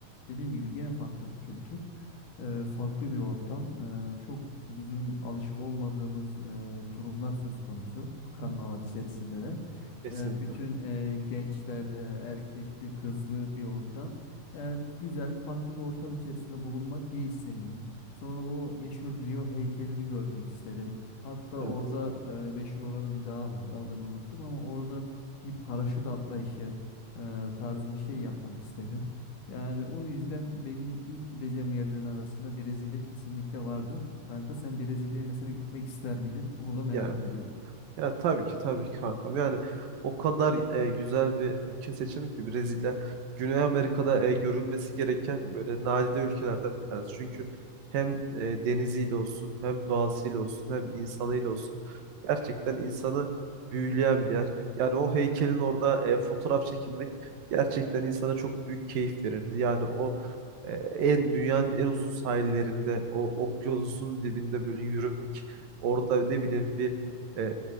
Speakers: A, on the left (about 65°); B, on the right (about 75°).
A: dediğim gibi gene farklı bir kültür, e, farklı bir ortam. e, çok bizim alışık olmadığımız e, durumlar söz konusu. O karnaval içerisinde de.
B: Kesinlikle.
A: E, bütün e, gençler e, erkekli, kızlı bir ortam. E, güzel, farklı bir ortam içerisinde bulunmak niye istemeyeyim? Sonra o meşhur Rio heykelini görmek isterim. Hatta orada
B: Evet.
A: e, meşhur oranın bir dağı vardı. Adını unuttum ama oradan bir paraşüt atma işi e, tarzı bir şey yapmak isterim. Yani o yüzden benim ilk gideceğim yerlerin arasında Brezilya kesinlikle vardır. Kanka sen Brezilya'ya mesela gitmek ister miydin? Bunu da merak
B: Yani
A: ediyorum.
B: Ya tabii ki tabii ki kankam. Yani o kadar e, güzel bir ülke seçimi ki Brezilya Güney Amerika'da e, görülmesi gereken böyle nadide ülkelerden bir tanesi. Çünkü hem e, deniziyle olsun, hem doğasıyla olsun, hem insanıyla olsun gerçekten insanı büyüleyen bir yer. Yani o heykelin orada e, fotoğraf çekinmek gerçekten insana çok büyük keyif verirdi. Yani o e, en dünyanın en uzun sahillerinde, o okyanusun dibinde böyle yürümek, orada ne bileyim bir e,